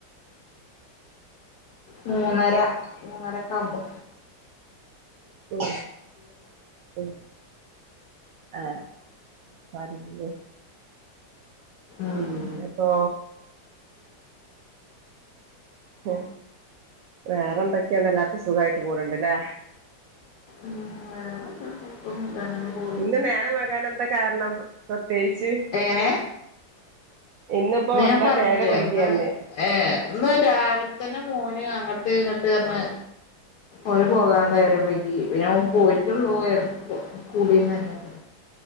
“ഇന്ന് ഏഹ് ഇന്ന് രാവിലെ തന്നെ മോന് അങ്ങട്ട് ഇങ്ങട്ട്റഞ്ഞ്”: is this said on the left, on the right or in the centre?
Left